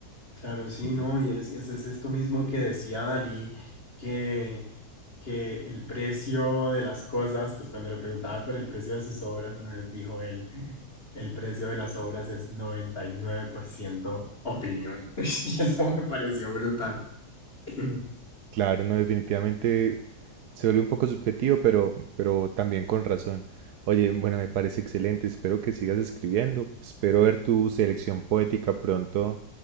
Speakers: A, on the left; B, on the right.
A: Claro,
B: Sí,
A: sí,
B: sí.
A: ¿no? Y es, es- es esto mismo que decía Dalí, que, que el precio de las cosas, pues cuando le preguntaba por el precio de sus obras, una vez dijo él, el precio de las obras es 99% opinión. <laughs> Y eso me pareció brutal. <clears throat>
B: Claro, no, definitivamente se vuelve un poco subjetivo, pero, pero también con razón. Oye, bueno, me parece excelente. Espero que sigas escribiendo. Espero ver tu selección poética pronto